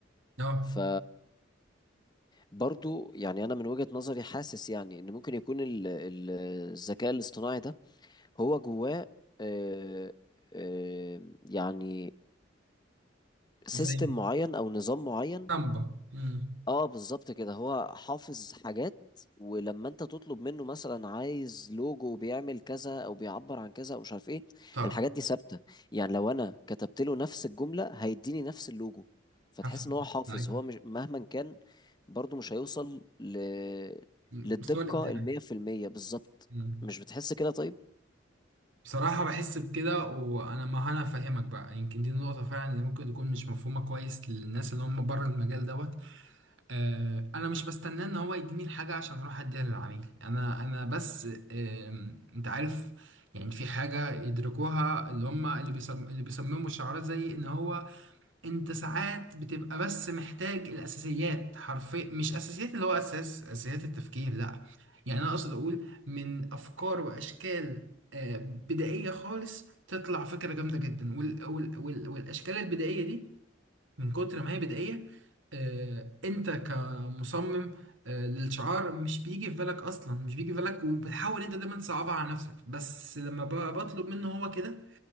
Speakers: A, on the right (about 85°); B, on the left (about 20°).
A: اه
B: ف برضو يعني انا من وجهة نظري حاسس يعني ان ممكن يكون ال- ال- الذكاء الاصطناعي ده هو جواه آه، آه، يعني سيستم
A: زي
B: معين او نظام معين
A: سامبا امم
B: اه بالظبط كده هو حافظ حاجات ولما انت تطلب منه مثلا عايز لوجو بيعمل كذا او بيعبر عن كذا او مش عارف ايه
A: طب
B: الحاجات دي ثابته يعني لو انا كتبت له نفس الجمله هيديني نفس اللوجو فتحس
A: هف-
B: ان هو حافظ
A: أيوة.
B: هو مش مهما كان برضو مش هيوصل ل...
A: مم.
B: للدقه
A: مستوى الابداع
B: المية في المية بالظبط
A: أمم.
B: مش بتحس كده طيب
A: بصراحة بحس بكده وأنا ما أنا فاهمك بقى يمكن دي نقطة فعلا اللي ممكن تكون مش مفهومة كويس للناس اللي هم بره المجال دوت آه، انا مش بستناه ان هو يديني الحاجه عشان اروح اديها للعميل انا انا بس آم، انت عارف يعني في حاجه يدركوها اللي هم اللي بيصم اللي بيصمموا الشعارات زي ان هو انت ساعات بتبقى بس محتاج الاساسيات حرفيا مش اساسيات اللي هو اساس اساسيات التفكير لا يعني انا اقصد اقول من افكار واشكال آه، بدائيه خالص تطلع فكره جامده جدا وال وال وال والاشكال البدائيه دي من كتر ما هي بدائية آه، انت كمصمم آه، للشعار مش بيجي في بالك اصلا مش بيجي في بالك وبتحاول انت دايما تصعبها على نفسك بس لما ب- بطلب منه هو كده